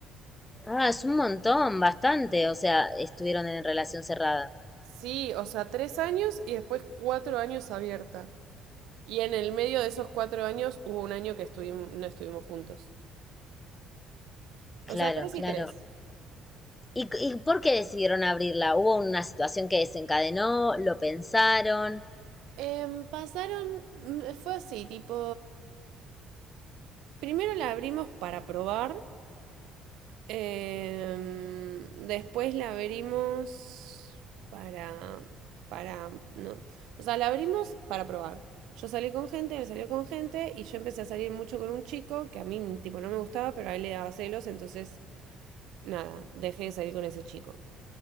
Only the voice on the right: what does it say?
Sí, o sea, tres años y después cuatro años abierta. Y en el medio de esos cuatro años hubo un año que estuvimos, no estuvimos juntos.
O sea, tres
y tres.
Em, pasaron, mm, fue así, tipo, primero la abrimos para probar, em, después la abrimos para, para, no, o sea, la abrimos para probar. Yo salí con gente, él salió con gente y yo empecé a salir mucho con un chico que a mí, tipo, no me gustaba, pero a él le daba celos, entonces, nada, dejé de salir con ese chico.